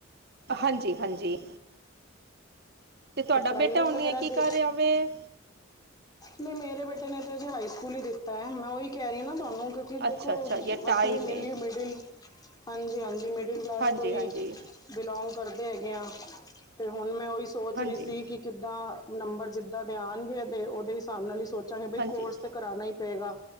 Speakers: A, on the right; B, on the left.
A: ਹਾਂਜੀ- ਹਾਂਜੀ। ਤੇ ਤੁਹਾਡਾ
B: ਪ੍ਰਾਈਵੇਟ
A: ਬੇਟਾ ਹਨੀ
B: ਵਗੈਰਾ
A: ਆ ਕੀ
B: ਦੇ
A: ਕਰ ਰਿਹਾਵੇ।
B: ਨਹੀਂ, ਮੇਰੇ ਬੇਟੇ ਨੇ ਤੇ ਅਜੇ ਹਾਈ ਸਕੂਲ ਹੀ ਦਿੱਤਾ ਹੈ ਮੈਂ ਉਹੀ ਕਹਿ ਰਹੀ ਨਾ। ਤੁਹਾਨੂੰ ਕਿ ਕਿ ਦੇਖੋ
A: ਅੱਛਾ ਅੱਛਾ ਯੇ ਟਾਈਮ
B: ਅਸੀਂ ਵੀ ਮਿਲੀਓ
A: ਏ
B: ਮਿਡਲ ਹਾਂਜੀ- ਹਾਂਜੀ ਮਿਡਲ ਕਲਾਸ
A: ਹਾਂਜੀ
B: ਤੋਂ ਹੀ
A: ਹਾਂਜੀ
B: ਬਿਲੋਂਗ ਕਰਦੇ ਹੈਗੇ ਹਾਂ। ਤੇ ਹੁਣ ਮੈਂ ਉਹੀ ਸੋਚ
A: ਹਾਂਜੀ
B: ਰਹੀ ਸੀ ਕਿ ਕਿੱਦਾਂ ਨੰਬਰ ਜਿੱਦਾਂ ਦੇ ਆਉਣਗੇ ਤੇ ਉਹਦੇ ਹਿਸਾਬ ਨਾਲ ਹੀ ਸੋਚਾਂਗੇ ਬਈ
A: ਹਾਂਜੀ
B: ਕੋਰਸ ਕਰਾਣਾ ਹੀ ਪਏਗਾ।